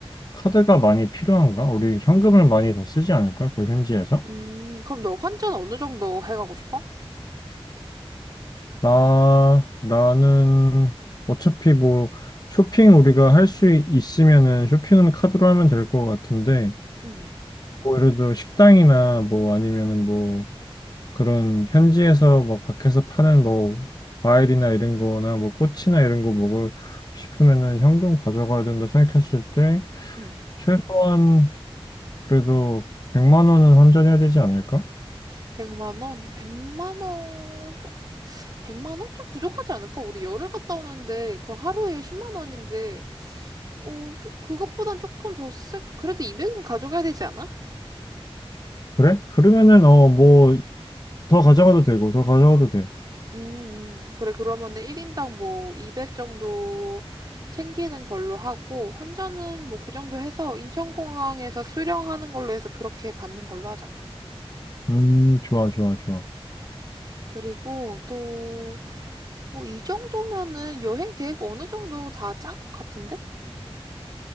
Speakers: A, on the left (about 40°); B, on the right (about 40°).
A: 카드가 많이 필요한가? 우리 현금을 많이 더 쓰지 않을까? 그 현지에서?
B: 음, 그럼 너 환전 어느 정도 해가고 싶어?
A: 나, 나는 어차피 뭐 쇼핑 우리가 할 수 있으면은 쇼핑은 카드로 하면 될 것 같은데,
B: 응,
A: 뭐 예를 들어 식당이나 뭐 아니면은 뭐 그런 현지에서 막 밖에서 파는 뭐 과일이나 이런 거나 뭐 꽃이나 이런 거 먹을 싶으면은 현금 가져가야 된다 생각했을 때
B: 응.
A: 최소한 그래도 100만 원은 환전해야 되지 않을까?
B: 100만 원? 100만 원? 좀, 100만 원? 좀 부족하지 않을까? 우리 열흘 갔다 오는데, 그 하루에 10만 원인데, 어, 좀, 그것보단 조금 더 쎄, 그래도 200은 가져가야 되지 않아?
A: 그래? 그러면은 어 뭐 더 가져가도 되고 더 가져가도 돼.
B: 음, 음. 그래, 그러면은 1인당 뭐, 200 정도 챙기는 걸로 하고, 환전은 뭐, 그 정도 해서, 인천공항에서 수령하는 걸로 해서 그렇게 받는 걸로 하자.
A: 음, 좋아, 좋아, 좋아.
B: 그리고 또, 뭐, 이 정도면은 여행 계획 어느 정도 다 짠 것 같은데?